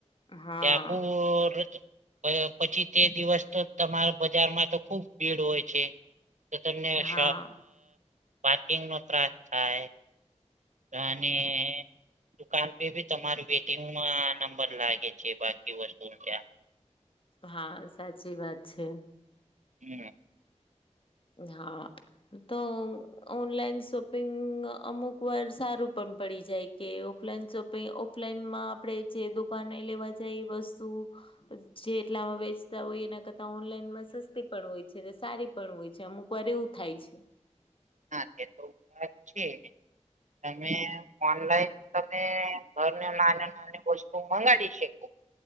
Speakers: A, on the left; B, on the right.
A: હા
B: તે આખુંર જ પ પછી તે દિવસ. તો તમારા બજારમાં તો ખૂબ ભીડ હોય છે તો તમને સ.
A: હા
B: પાર્કિંગનો ત્રાસ થાય. તો અને. દુકાન પે બી તમાર વેટિંગમાં નંબર લાગે છે બાકી વસ્તુને ત્યાં.
A: હા સાચી વાત છે.
B: હમ.
A: હા. તો ઓનલાઈન શોપિંગ અમુક વાર સારું પણ પડી જાય. કે ઓફલાઈન શોપિંગ ઓફલાઈનમાં આપણે જે દુકાને લેવા જાય એ વસ્તુ. જે એટલામાં વેચતા હોય એના કરતા ઓનલાઈનમાં સસ્તી પણ હોય છે ને સારી. પણ હોય છે. અમુક વાર એવું થાય છે.
B: હા તે તો વાત છે. તમે ઓનલાઈન. તમે ઘરને નાની નાની વસ્તુ મંગાડી શેકો.